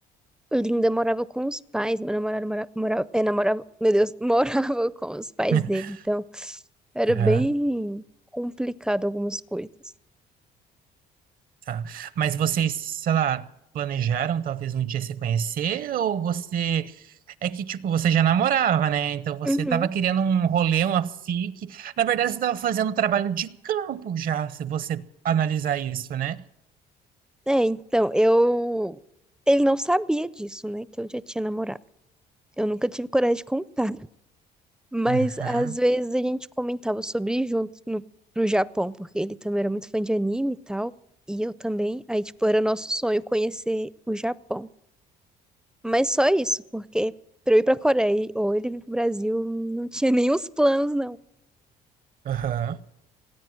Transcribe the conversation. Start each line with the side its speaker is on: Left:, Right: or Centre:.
Centre: Linda morava com os pais, meu namorado morava, morava, é, namorava, meu Deus, <laughs> morava com os pais
Right: <laughs>
Centre: dele, então era
Right: Aham.
Centre: bem complicado algumas coisas.
Right: Tá. Mas vocês, sei lá, planejaram talvez um dia se conhecer ou você é que tipo, você já namorava, né? Então você
Centre: Uhum.
Right: tava querendo um rolê, uma fique. Na verdade, você tava fazendo um trabalho de campo já, se você analisar isso, né?
Centre: É, então eu. Ele não sabia disso, né? Que eu já tinha namorado. Eu nunca tive coragem de contar. <laughs> Mas
Right: Aham.
Centre: às vezes a gente comentava sobre ir juntos no, pro Japão, porque ele também era muito fã de anime e tal. E eu também. Aí, tipo, era nosso sonho conhecer o Japão. Mas só isso, porque pra eu ir pra Coreia ou ele vir pro Brasil, não tinha <laughs> nem os planos, não.
Right: Aham.